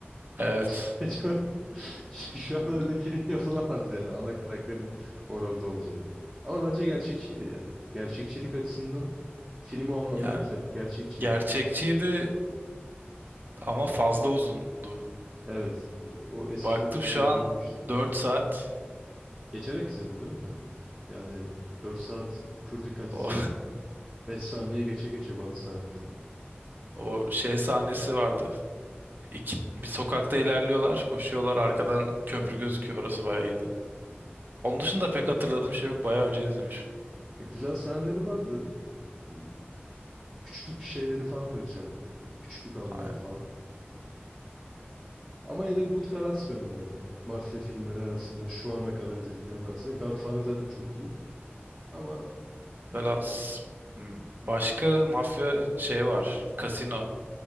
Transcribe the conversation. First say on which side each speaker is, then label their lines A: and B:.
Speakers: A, on the right; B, on the right.
A: evet.
B: <laughs> Çok... Şu şu an öyle film yapılamaz yani ana karakterin orada olacağı. Ama bence gerçekçiydi ya. Gerçekçilik açısından film o anlamda
A: Yani
B: güzel. Gerçekçi.
A: gerçekçiydi
B: yani.
A: ama fazla uzundu.
B: Evet. e, O eski
A: Baktım
B: filmlerini
A: şu
B: kötülüyormuştu.
A: an dört saat
B: Geçerek izledim canım ben de. Yani 4 saat pür dikkat
A: o,
B: izleyen 5 saniye geçe geçe bazı sahneleri.
A: <laughs> o şey sahnesi vardı. İki, bir sokakta ilerliyorlar, koşuyorlar arkadan köprü
B: Ha.
A: gözüküyor. Orası bayağı iyiydi. Onun dışında pek hatırladığım şey yok. Bayağı önce izlemişim.
B: E, güzel sahneleri vardı. E, küçüklük şeyleri falan da güzeldi. Küçüklük anıları
A: Aynen.
B: falan. Ama yine de Goodfellas diyorum ben ya. Mafya filmleri arasında şu ana kadar izlediklerim arasında. Godfather zaten çok iyi. Ama
A: Velas hmm, başka mafya şey var. Casino